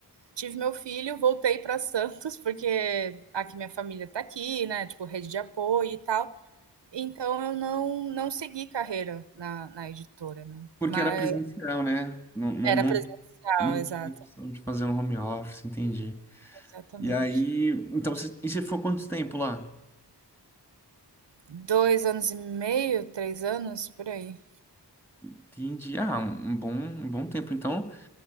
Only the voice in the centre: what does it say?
Porque
era presencial, né? Não, não,
não
Não
tinha opção de fazer um home office, entendi.
E aí, então, você, e você ficou quanto tempo lá?
Entendi. Ah, um um bom, um bom tempo. Então,